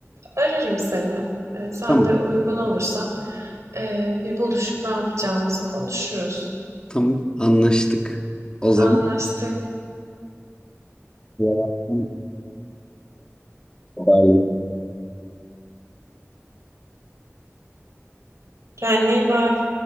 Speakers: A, on the right (about 85°); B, on the left (about 20°).
A: ararım seni. E, sen
B: Tamam.
A: de uygun olursan e, bir buluşup ne yapacağımızı konuşuruz.
B: Tamam. Anlaştık. O zaman
A: Anlaştık.
B: yavaştan haberleşelim.
A: Kendine iyi bak.